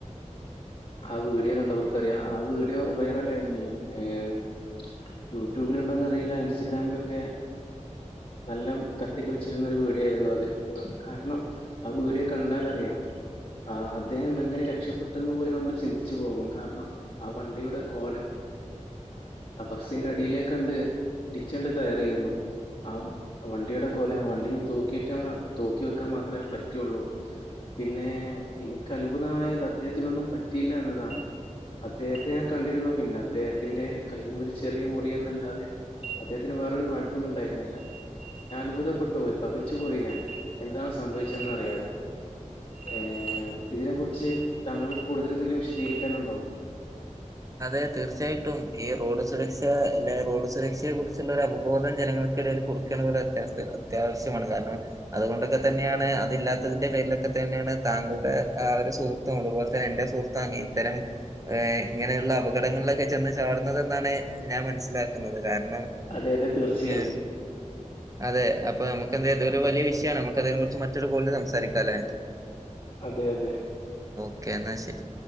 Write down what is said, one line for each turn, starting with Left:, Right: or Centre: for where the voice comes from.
Left: ആ വീടിയോ കണ്ടവർക്കറിയാം- ആ വീഡിയോ വൈറൽ ആയിരുന്നു യ യൂട്യൂബില് ഉണ്ടോന്ന് അറിയില്ല ഇൻസ്റ്റഗ്രാമിലൊക്കെ് നല്ല കത്തി കളിച്ചിരുന്നൊ ഒരു വീഡിയോ ആയിരുന്നു അത് കാരണം ആ വീഡിയോ കണ്ടാലറിയാം ആ അദ്ദേഹം എങ്ങനെ രക്ഷപ്പെട്ടെന്ന് പോലെ നമ്മൾ ചിന്തിച്ചു പോകും കാരണം ആ വണ്ടിയുടെ കോലം ആ ബസ്സിന്റെ അടിലെ - കണ്ട് ഇടിച്ചണ്ട് കയറിയിരുന്നു ആ വണ്ടിയുടെ കൊലം വണ്ടി തൂക്കിയിട്ടമാ - തൂക്കി വിക്കാൻ മാത്രയെ പറ്റിയുള്ളു പിന്നെ എനിക്ക് അത്ഭുതമായത് അദ്ദേഹത്തിനൊന്നും പറ്റിയില്ല എന്നതാണ് അദ്ദേഹത്തെ- കണ്ടിരുന്നു പിന്നെ അദ്ദേഹത്തിന്റെ കൈ ഒരു ചെറിയ മുറിയെന്നല്ലാതെ അദ്ദേഹത്തിന് വേറൊറു കൊഴപ - ഒന്നും ഉണ്ടായിരുന്നില്ല ഞാൻ അത്ഭുതപ്പെട്ടുപോയി പകച്ചുപോയി ഞാൻ എന്താണ് സംഭവിച്ചതെന്ന് അറിയാതെ ഏ ഇതിനെ കുറിച്ച് താങ്കൾക്ക് കൂടുതൽ എന്തെങ്കിലും വിശദീകരിക്കാനുണ്ടോ
Right: അതെ തീർച്ചയായിട്ടും ഈ റോഡ് സുരക്ഷ അല്ലെ റോഡ് സുരക്ഷയെ കുറിച്ചുള്ള ഒരു അവബോധം ജനങ്ങൾക്ക് - കൊടുക്കണത് ഒരു അത്യാവി- അത്യാവശ്യമാണ് കാരണം അതുകൊണ്ടൊക്കെ തന്നെയാണ് അത് ഇല്ലാത്തതിന്റെ പേരിലൊക്കെ- തന്നെയാണ് താങ്കളുടെ ഒരു സുഹൃത്തും അതുപോലെ തന്നെ എന്റെ സുഹൃത്തും അ ഇത്തരം ഇ ഇങ്ങനെയുള്ള അപകടങ്ങളിലൊക്കെ ചെന്ന് ചാടുന്നതെന്നാണ് ഞാൻ മനസ്സിലാക്കുന്നത് കാരണം-
Left: അതെ അതെ തീർച്ചയായും.
Right: ആ അതെ അപ്പൊ നമുക്ക് എന്ത്‌ ചെയ്യാം ഇത് ഒരു വലിയ വിഷയമാണ് നമുക്ക് അതിനെ കുറിച്ച് മറ്റൊരു കോളിലില് സംസാരിക്കാം അല്ലേ
Left: അതെ അതെ
Right: ഓക്കെ എന്നാ ശരി